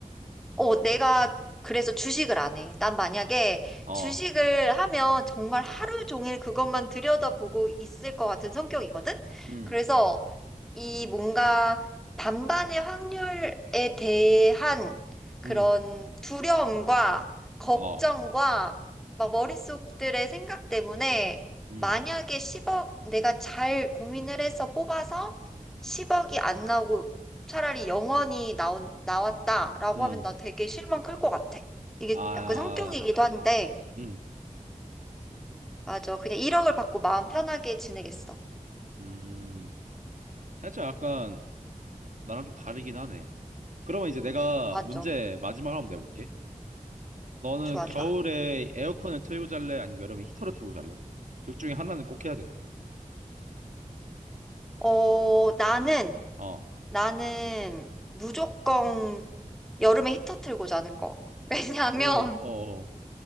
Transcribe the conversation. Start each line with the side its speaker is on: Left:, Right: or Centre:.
Centre: 어, 내가 그래서 주식을 안 해. 난 만약에
Right: 어,
Centre: 주식을 하면 정말 하루 종일 그것만 들여다보고 있을 것 같은 성격이거든?
Right: 음,
Centre: 그래서 이 뭔가 반반의 확률에 대한 그런
Right: 음,
Centre: 두려움과 걱정과
Right: 어,
Centre: 막 머릿속들의 생각 때문에
Right: 음,
Centre: 만약에 10억 내가 잘 고민을 해서 뽑아서 10억이 안 나오고 차라리 영원히 나온, 나왔다라고
Right: 음,
Centre: 하면 나 되게 실망 클 것 같아. 이게
Right: 아,
Centre: 약간 성격이기도 한데,
Right: 음,
Centre: 맞아. 그냥 1억을 받고 마음 편하게 지내겠어.
Right: 음. 살짝 약간 나랑 좀 다르긴 하네. 그러면 이제 내가
Centre: 맞아.
Right: 문제 마지막으로 한번 내볼게. 너는
Centre: 좋아,
Right: 겨울에
Centre: 좋아.
Right: 에어컨을 틀고 잘래? 아니면 여름에 히터를 틀고 잘래? 둘 중에 하나는 꼭 해야 돼.
Centre: 어, 나는,
Right: 어,
Centre: 나는 무조건 여름에 히터 틀고 자는 거. <laughs> 왜냐하면,
Right: 왜, 어, 어.